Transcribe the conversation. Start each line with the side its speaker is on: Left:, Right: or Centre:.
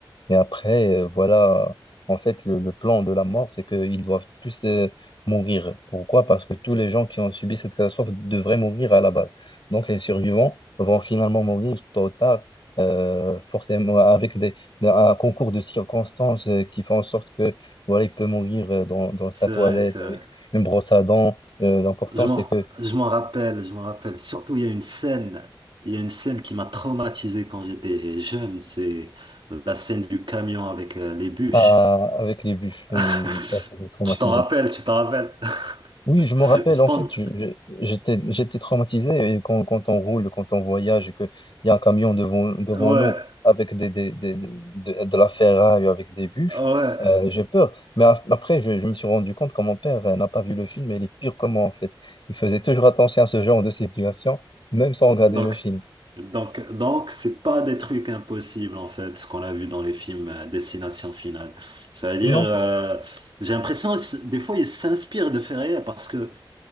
Left: Et après, euh, voilà, en fait, le, le plan de la mort, c'est qu'ils doivent tous euh, mourir. Pourquoi? Parce que tous les gens qui ont subi cette catastrophe devraient mourir à la base. Donc, les survivants vont finalement mourir tôt ou tard, euh, forcément avec des, des- un concours de circonstances euh, qui fait en sorte que voilà, il peut mourir euh, dans, dans sa
Right: C'est
Left: toilette
Right: vrai, c'est
Left: avec
Right: vrai.
Left: une brosse à dents. Euh, l'important,
Right: Je
Left: c'est
Right: m'en,
Left: que
Right: je m'en rappelle, je m'en rappelle. Surtout, il y a une scène, il y a une scène qui m'a traumatisé quand j'étais jeune. C'est la scène du camion avec euh, les bûches.
Left: ah, avec les bûches,
Right: <laughs>
Left: oui, oui, ça, c'est traumatisant.
Right: Tu t'en rappelles, tu t'en rappelles. <laughs>
Left: Oui, je me rappelle,
Right: Je
Left: en
Right: pense,
Left: fait, je- je- j'étais, j'étais traumatisé et quand, quand on roule, quand on voyage et qu'il y a un camion devant, devant
Right: ouais,
Left: nous avec des, des, des- de, de la ferraille, avec des bûches,
Right: ouais.
Left: euh, j'ai peur. Mais a- après, je, je me suis rendu compte que mon père euh, n'a pas vu le film et il est pire que moi, en fait. Il faisait toujours attention à ce genre de situation, même sans regarder
Right: Donc,
Left: le film.
Right: Donc, donc, c'est pas des trucs impossibles en fait, ce qu'on a vu dans les films euh, Destination Finale. cest à dire,
Left: Non,
Right: euh,
Left: c'est-
Right: j'ai l'impression s- des fois ils s'inspirent de faits réels parce que